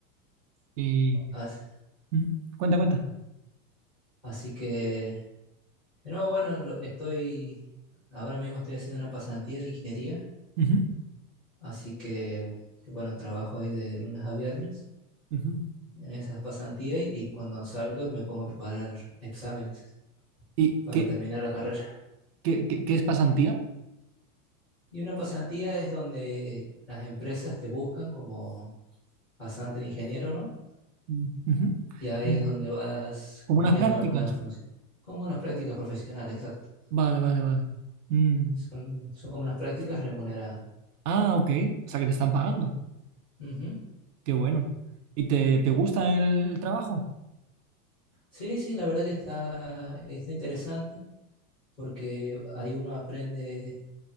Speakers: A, on the right; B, in the centre.
A: Y
B: As-
A: mm, cuenta, cuenta.
B: Así, que, que no, bueno, lo- estoy, ahora mismo estoy haciendo una pasantía de ingeniería,
A: Ujú,
B: así que, que bueno, trabajo ahí de lunes a viernes
A: ujú.
B: en esas pasantías y, y cuando salgo me pongo a preparar exámenes
A: ¿Y
B: para
A: qué,
B: terminar la carrera.
A: qué, qué- qué es pasantía?
B: Y una pasantía es donde las empresas te buscan como bastante de ingeniero, ¿no?
A: Mm, ujú.
B: Y ahí
A: Como
B: es donde vas
A: como
B: cumpliendo
A: unas prácticas.
B: alguna función. Como unas prácticas profesionales, exacto.
A: Vale, vale, vale. Mm.
B: Son, son como unas prácticas remuneradas.
A: Ah, ok. O sea que te están pagando.
B: Ujú.
A: Qué bueno. ¿Y te, te gusta el, el trabajo?
B: Sí, sí, la verdad que está, está interesante porque ahí uno aprende